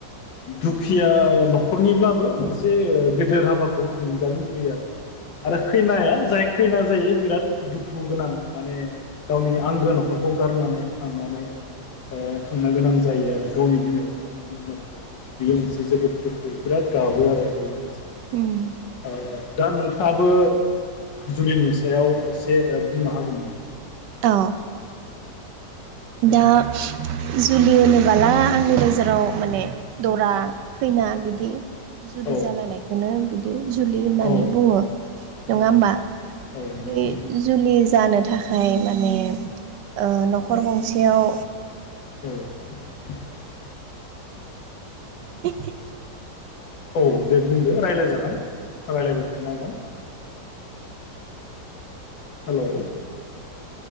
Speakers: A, on the left; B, on the right.
A: दुखिया न'खरनिब्लाबो मोनसे गेदेर हाबाखौ खुंजानो लुुबैयो आरो आरो खैनाया जाय खैना जायो बिराद दुखु गोनां माने गावनि आंगो न'खरखौ गारनानै थांनानै थांनो गोनां जायो आरो गावनि बिमा बिफानि न' बियो मोनसे जोबोद दुखु बिराद गाबो आरो बेयो मोनसे
B: उम
A: ओ दा नोंथाङाबो जुलिनि सायाव एसे बुंनो हागोन नामा
B: औ दा जुलि होनोबाला आंनि नोजोराव माने दरा खैना बिदि जुलि
A: औ
B: जालायनायखौनो बिदि जुलि होननानै
A: औ
B: बुङो नङा
A: औ
B: होमबा
A: औ नंगौ
B: बे जुलि जानो थाखाय माने ओ न'खर गंसेयाव
A: औ <unintelligible>
B: <unintelligible>
A: औ दे बुंदो रायलायजागोन रायलायबाय थारनो हागोन हेल'